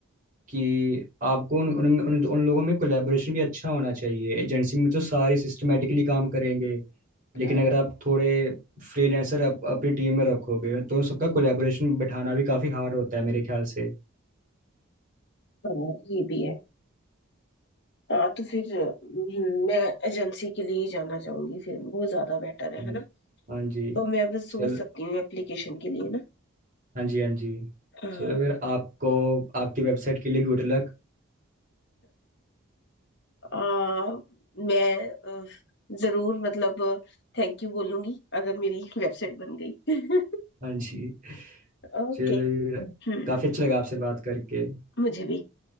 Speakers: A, on the right; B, on the left.
A: कि आपको उन उन, उन, उन लोगों में कोलैबोरेशन भी अच्छा होना चाहिए एजेंसी में तो सारे सिस्टमेटिकली काम करेंगे लेकिन
B: हाँ
A: अगर आप थोड़े फ्रीलांसर आप अपनी टीम में रखोगे तो उन सबका कोलैबोरेशन बिठाना भी काफ़ी हार्ड होता है मेरे ख्याल से
B: हाँ, ये भी है हाँ तो फिर हम्म, मैं एजेंसी के लिए ही जाना चाहूंगी फिर वो ज्यादा बेटर है
A: हाँ
B: है
A: जी
B: ना
A: हाँ जी
B: तो मैं बस
A: चल
B: सोच सकती हूँ एप्लीकेशन के लिए ना
A: हाँ जी हाँ जी
B: हाँ
A: चलो फिर आपको आपकी वेबसाइट के लिए गुड लक
B: आ, मैं अ, जरूर मतलब थैंक यू बोलूंगी अगर मेरी वेबसाइट बन गई <laughs>
A: हाँ जी
B: ओके
A: चलो फिर
B: हम्म
A: काफ़ी अच्छा लगा आपसे बात करके
B: मुझे भी